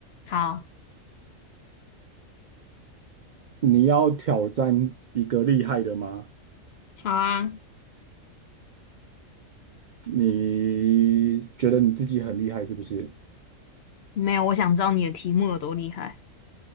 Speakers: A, on the left (about 60°); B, on the right (about 65°).
A: 好，
B: 你要挑战一个厉害的吗？
A: 好啊，
B: 你觉得你自己很厉害是不是？
A: 没有，我想知道你的题目有多厉害。